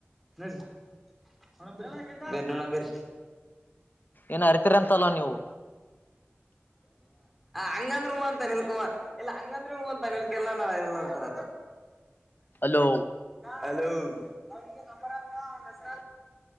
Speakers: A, in the centre; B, on the left (about 45°).
A: <inaudible> ಬರಿ ನೋಡ ಬರಿಿ.
B: ಏನ ಅರಿತೀರಂತಲ್ಲ ನೀವು
A: ಹಂಗಂದ್ ಅಂತ ನಿಲ್ಕುಮಾರ್... ಇಲ್ಲ ಹಂಗಂದ್ರೆ ಹ ಒ ಅಂತ ನಿಕಲ್ಲ ನಾವ್ ಎಲ್ಲ ಅಂತರ...
B: ಹಲೋ...
A: ಹಲೋ ಅವನಿಗೆ ನಂಬರ್ತ ಅವ ಹೆಸರ...